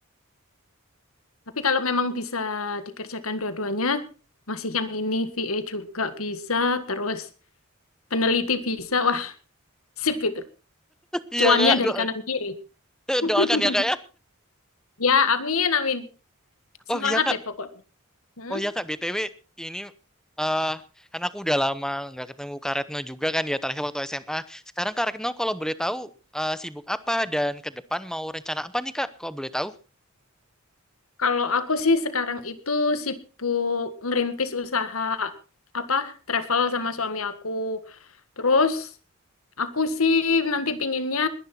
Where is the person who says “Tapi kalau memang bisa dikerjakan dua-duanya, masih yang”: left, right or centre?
Left